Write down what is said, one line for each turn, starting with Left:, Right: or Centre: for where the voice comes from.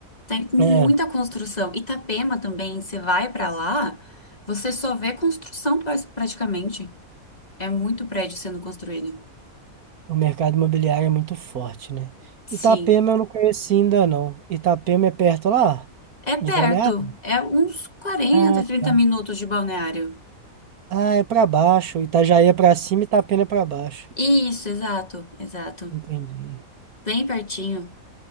Left: Tem muita
Right: É,
Left: construção. Itapema também, você vai para lá, você só vê construção pra- praticamente. É muito prédio sendo construído.
Right: o mercado imobiliário é muito forte, né?
Left: Sim.
Right: Itapema eu não conheci ainda, não. Itapema é perto lá,
Left: É
Right: de
Left: perto,
Right: Balneário?
Left: é uns quarenta,
Right: Ah,
Left: trinta
Right: tá.
Left: minutos de balneário.
Right: Ah, é pra baixo. Itajaí é pra cima, e Itapema é pra baixo.
Left: Isso, exato, exato.
Right: Entendi.
Left: Bem pertinho.